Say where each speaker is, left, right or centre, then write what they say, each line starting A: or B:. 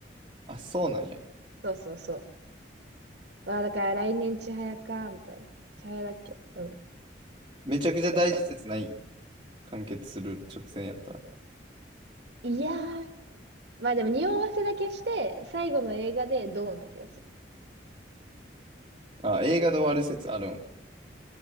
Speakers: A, on the right; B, on the right.
A: あ、そうなんや。
B: そうそうそう。わあ、だから来年ちはやか、みたいな。ちはやだっけうん。
A: めちゃくちゃ大事説ない
B: うん
A: 完結する直前やった
B: いやー、まあでも匂わせだけして、最後の映画でドーンな気がする。
A: ら。あ、映画で終わる説あるん。映